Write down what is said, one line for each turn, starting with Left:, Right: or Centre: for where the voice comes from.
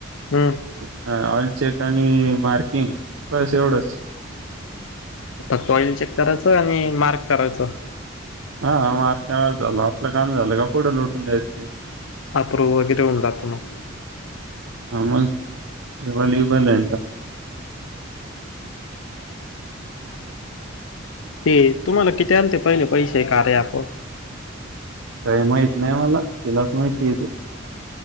Left: हम.
Right: हा ऑइल चेक आणि मार्किंग बस एवढंच.
Left: फक्त ऑइल चेक कराच आणि मार्क कराचं.
Right: हा हा <unintelligible> आपल काम झालं का? पुढं लोटून द्यायचं ते.
Left: अप्रुव वगैरे होऊन जातं मग.
Right: ह मग टेबल बिबल ये त्यांचा.
Left: ते तुम्हाला किती आलते पहिले पैसे कार्या अँप वर?
Right: काय माहित नाही मला. तिलाच माहिती ये ते.